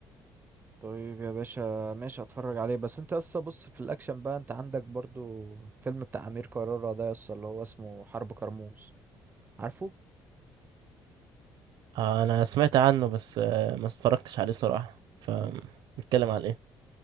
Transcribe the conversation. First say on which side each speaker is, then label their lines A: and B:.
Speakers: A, on the right; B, on the right.
A: طيب يا باشا ماشي هتفرج عليه بس انت اصلا بص في الاكشن بقى انت عندك برضو فيلم بتاع امير كرارة ده يسطا اللي هو اسمه حرب كرموز عارفه
B: آه، انا سمعت عنه بس آه، ما اتفرجتش عليه صراحه فنتكلم عن ايه